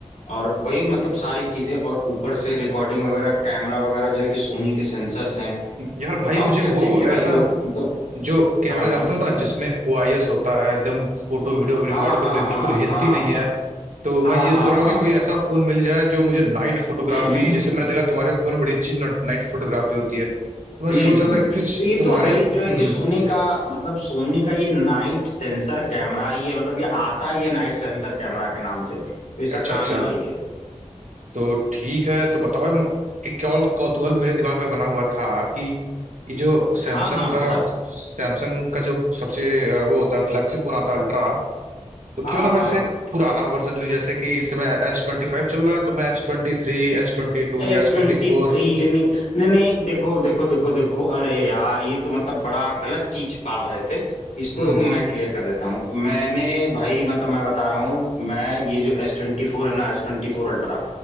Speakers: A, on the left; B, on the right.
A: और वही मतलब सारी चीजें और ऊपर से रिकॉर्डिंग वगैरह कैमरा वगैरह जो है कि सोनी के सेंसर्स हैं
B: यार भाई
A: तो
B: मुझे
A: अब क्या चाहिए
B: वो
A: भाई
B: ऐसा
A: अब मतलब
B: जो कैमरा
A: हाँ
B: जानते
A: हाँ
B: हो ना जिसमें ओआईएस होता है एकदम फोटो वीडियो रिकॉर्ड
A: हाँ हाँ
B: करो तो
A: हाँ
B: बिल्कुल हेल्थी
A: हाँ हाँ
B: नहीं है तो मैं ये
A: हाँ
B: सोच रहा
A: हाँ
B: हूँ कि कोई ऐसा फोन मिल जाए जो मुझे नाइट फोटोग्राफी
A: हम्म हम्म
B: जैसे मैंने देखा तुम्हारे फोन में बड़ी अच्छी नाइट फोटोग्राफी होती है तो मैं
A: हम्म
B: सोच रहा
A: हम्म।
B: था कि कुछ
A: तो ये
B: तुम्हारे
A: तो है
B: हम्म
A: ही जो है कि
B: हम्म
A: सोनी का मतलब सोनी का ये नाइट सेंसर कैमरा ही है मतलब ये आता ही है नाइट सेंसर कैमरा के नाम से तो इसका
B: अच्छा
A: काम
B: अच्छा
A: ही वही है
B: तो ठीक है तो बताओ म- एक और कौतूहल मेरे दिमाग में बना हुआ था कि ये जो सैमसंग
A: हाँ हाँ
B: का
A: बता
B: सैमसंग का जो सबसे अ, वो होता है फ्लैगशिप फोन आता है अल्ट्रा तो
A: हाँ
B: क्यों ना मैं
A: हाँ
B: इसका एक पुराना वर्जन लूं जैसे कि इस समय एस ट्वेंटी फाइव चल रहा है तो मैं एस ट्वेंटी थ्री एस ट्वेंटी टू
A: एस
B: या एस
A: ट्वेंटी
B: ट्वेंटी फोर
A: थ्री लेने नहीं नहीं देखो देखो देखो देखो अरे यार ये तो मतलब बड़ा गलत चीज पाल रहे थे इसको
B: हम्म
A: देखो मैं क्लियर कर देता हूँ मैंने भाई मतलब मैं बता रहा हूँ मैं ये जो एस ट्वेंटी फोर है ना एस ट्वेंटी फोर अल्ट्रा